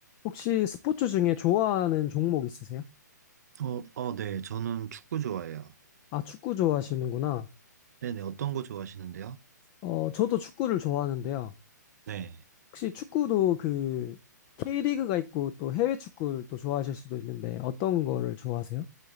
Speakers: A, on the left; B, on the right.
A: 혹시 스포츠 중에 좋아하는 종목 있으세요?
B: 어, 어, 네. 저는 축구 좋아해요.
A: 아, 축구 좋아하시는구나.
B: 네네. 어떤 거 좋아하시는데요?
A: 어, 저도 축구를 좋아하는데요.
B: 네.
A: 혹시 축구도 그 K리그가 있고 또 해외 축구를 또 좋아하실 수도 있는데 어떤 거를 좋아하세요?